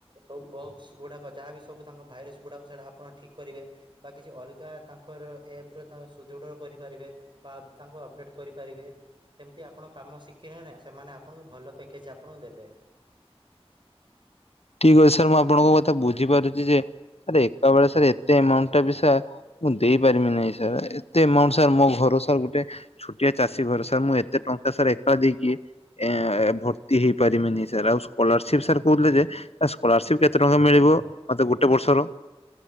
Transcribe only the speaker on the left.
ଠିକ ଅଛି ସାର୍ ମୁଁ ଆପଣଙ୍କ କଥା ବୁଝିପାରୁଛି ଯେ ସାର୍ ଏକା ବଳେ ସାର୍ ଏତେ ଆମାଉଣ୍ଟ ଟା ବି ସାର୍ ମୁଁ ଦେଇ ପାରିବି ନାହିଁ ସାର୍ ଏତେ ଆମାଉଣ୍ଟ ସାର୍ ମୋ ଘର ସାର୍ ଗୋଟେ ଛୋଟିଆ ଚାଷୀ ଘରେ ସାର୍ ମୁଁ ଏତେ ଟଙ୍କା ସାର୍ ଏକା ଦେଇକି ଏ ଭର୍ତ୍ତି ହେଇପାରିବିନି ସାର୍ ଆଉ ସ୍କଲାରସିପ ସାର୍ କହୁଥିଲେ ଯେ ସ୍କଲାରସିପ କେତେ ଟଙ୍କା ମିଳିବ ମତେ ଗୋଟେ ବର୍ଷର